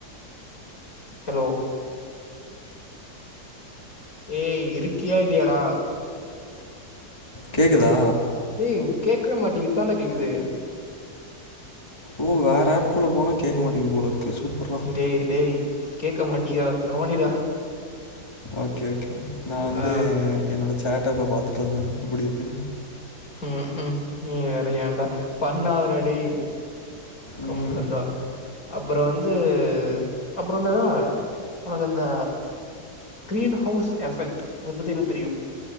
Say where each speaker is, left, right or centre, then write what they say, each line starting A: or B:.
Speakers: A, on the left; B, on the left.
A: ஹலோ ஏய் இருக்கியா இல்லையடா
B: கேக்குதா
A: டேய் கேட்கவே மாட்டேங் இப்பதான்டா கேக்குது
B: ஓ வேற ஆப்குள்ள போனா கேட்க மாட்டேங்கிது போலருக்கு சூப்பர்றா
A: டேய் டேய் கேட்க மாட்டியா கவனிடா
B: ஓகே ஓகே நா வந்து
A: ஆ
B: என்னோட சேட்டாப்ப பாத்துட்டுருந்தே எப்பிடி இருக்குன்னு
A: ம்ஹும் நீ வேற ஏண்டா பண்ணதடா டேய் கம்முணுயிருடா
B: ம்
A: அப்புறோ வந்து அப்புறோ இந்த உனக்கு அந்த கிரீன் ஹவுஸ் எஃபெக்ட் அத பத்தி என்ன தெரியு